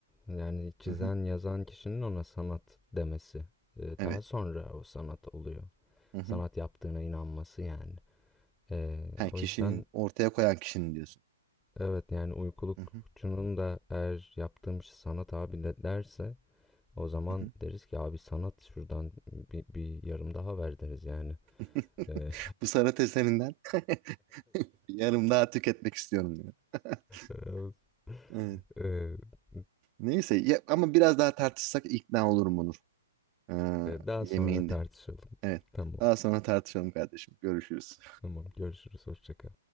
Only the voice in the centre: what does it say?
yani çizen,
yazan kişinin ona sanat demesi. Eee,
daha sonra o sanat oluyor.
Sanat yaptığına inanması yani. Eee,
o yüzden
evet, yani uykulukçunun
da eğer yaptığım şey sanat abi de derse o zaman
deriz ki abi sanat şuradan bir bir yarım daha ver deriz yani.
Eee,
evet,
eee, <laughs>
daha
sonra tartışalım.
Tamam.
Tamam görüşürüz hoşçakal.